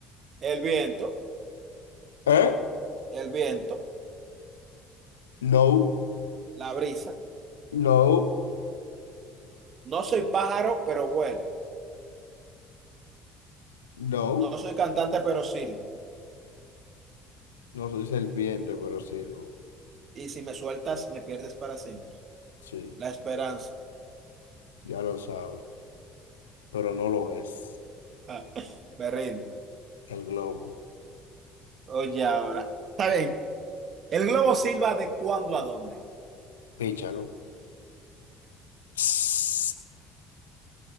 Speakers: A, on the right; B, on the left.
A: el viento,
B: ¿Eh?
A: el viento,
B: No,
A: la brisa.
B: no,
A: No soy pájaro, pero vuelo.
B: no.
A: No soy cantante, pero silbo.
B: No soy serpiente, pero sirvo.
A: Y si me sueltas, me pierdes para siempre.
B: Sí,
A: La esperanza.
B: ya lo sabe. Pero no lo ves,
A: Ah, me rindo.
B: El globo.
A: Oye, ahora. Está bien. El globo silba de cuándo a dónde.
B: Píchalo. <laughs>